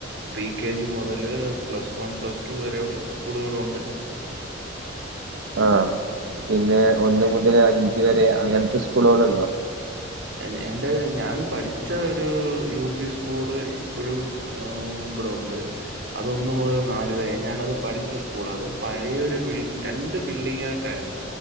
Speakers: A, on the right; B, on the right.
A: പ്രി കെ ജി മുതല് പ്ലസ് വൺ പ്ലസ് ടു വരെയുള്ള സ്കൂളുകളുണ്ട്. <unintelligible>
B: ആഹ് പിന്നെ ഒന്ന് മുതൽ അഞ്ച് വരെ അങ്ങൻത്തെ സ്കൂൾകൾണ്ടോ?
A: എ എന്റെഹ് ഞാൻ പഠിച്ച ഒരു യു പി സ്കൂള് ഇപ്പൊഴും. ആഉം ബടെഉണ്ട്. അതൊന്നു മുതൽ നാല് വരെ ഞാനത് പഠിച്ച സ്കൂളാ അത് പഴെയൊരു ബിൽ രണ്ട് ബിൽഡിങ്ങായ്ട്ടാര്ന്ന്.